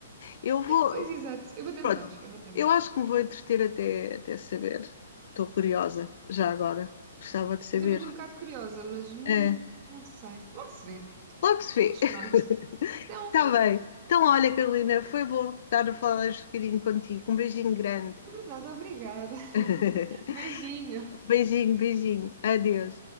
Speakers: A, on the left; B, on the right.
A: Eu vou.
B: Pois exato, eu vou tentar,
A: Pronto,
B: eu vou tentar.
A: eu acho que me vou entreter até, até saber. Estou curiosa, já agora. Gostava de saber.
B: Eu também estou um bocado curiosa, mas hum,
A: Ah,
B: não sei, logo se vê.
A: logo se vê.
B: Mas
A: <laughs>
B: pronto. Então,
A: Está bem. Então, olha, Carolina, foi bom estar a falar um bocadinho contigo. Um beijinho grande.
B: é verdade, obrigada. <laughs>
A: <laughs>
B: Beijinho.
A: Beijinho, beijinho. Adeus.